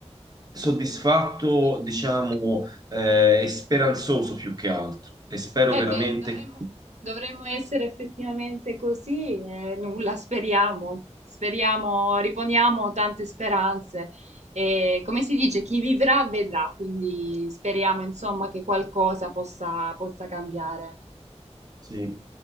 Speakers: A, on the right; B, on the right.
A: soddisfatto,
B: Mm.
A: diciamo, eh, e speranzoso più che altro e spero
B: Eh
A: veramente
B: beh, dovremmo,
A: che...
B: dovremmo essere effettivamente così e nulla, speriamo. Speriamo, riponiamo tante speranze e come si dice, chi vivrà vedrà, quindi speriamo insomma che qualcosa possa, possa cambiare.
A: Sì.